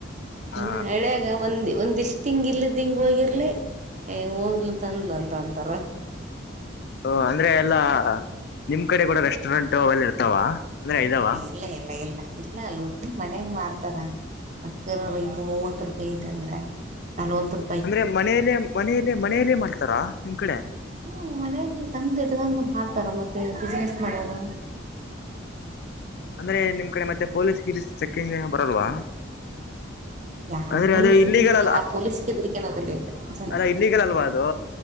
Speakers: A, on the left; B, on the right.
A: ಹ
B: ಏನ ಹಳ್ಯಾಗ ಮಂದಿ. ಒಂದಿಷ್ಟ್ ಹಿಂಗ ಇಲದ್ದ ಹಿಂಗ ಹೊಗಿರ್ಲಿ ಓದ್ಲು ತಂದ್ಲು ಅಂತ ಅಂತಾರ.
A: ಓ ಅಂದ್ರೆ ಎಲ್ಲಾ ನಿಮ್ಮ ಕಡೆ ಕೂಡ ರೆಸ್ಟೋರೆಂಟ್ ಅವೆಲ್ಲ ಇರ್ತಾವ ಅಂದ್ರೆ ಇದಾವಾ.
B: ಇಲ್ಲ ಇಲ್ಲ ಇಲ್ಲ ಇಲ್ಲ ಲೋಕಲ್ ಮನ್ಯಾಗ ಮಾರ್ತಾರ. ಅಕ್ಕಿರೋರ ಈಗ ಮೂವತ್ತ ರೂಪಾಯಿ ಐತಿ ಅಂದ್ರ ನಲವತ್ ರೂ
A: ಅಂದ್ರೆ ಮನೆಯಲ್ಲೇ ಮನೆಯಲ್ಲೆ ಮನೆಯಲ್ಲೇ ಮಾಡ್ತಾರಾ ನಿಮ್ಮ ಕಡೆ.
B: ಹು ಮನೆಯಲ್ಲಿ ತಂದ ಇಡ್ದಂದು ಮಾಡ್ತಾರ ಮತ್ತೆ ಬಿಸ್ನೆಸ್ ಮಾಡೊರು.
A: ಅಂದ್ರೆ ನಿಮ್ಮ ಕಡೆ ಮತ್ತೆ ಪೊಲೀಸ್ ಗೀಲೀಸ್ ಚೆಕ್ಕಿಂಗ್ ಬರಲ್ವಾ.
B: ಯಾ
A: ಅಂದ್ರೆ
B: ಪೊಲೀಸ
A: ಅದು ಇಲ್ಲಿಗಲ್
B: ನೀನ ಯಾವ ಪೊಲೀಸಿಗೆ ಹೆದರ್ಕ್ನುದಿಲ್ಲ ಇಲ್ಲೆ ಜನಾ.
A: ಅಲ್ಲಾ ಇಲ್ಲಿಗಲ್ ಅಲ್ವಾ ಅದು.